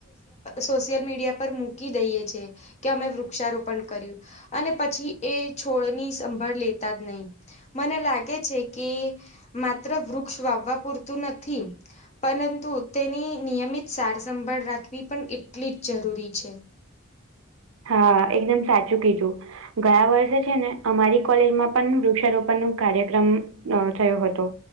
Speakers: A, on the left; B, on the right.
A: સોશિયલ મીડિયા પર મૂકી દઈએ છે કે અમે વૃક્ષારોપણ કર્યું. અને પછી એ છોડની સંભાળ લેતા જ નહીં. મને લાગે છે કે માત્ર વૃક્ષ વાવવા પૂરતું નથી. પરંતુ તેની નિયમિત સારસંભાળ રાખવી પણ એટલી જ જરૂરી છે.
B: હા એકદમ સાચું કીધું. ગયા વર્ષે છે ને અમારી કોલેજમાં પણ વૃક્ષારોપણનું કાર્યક્રમ <unintelligible> થયો હતુ.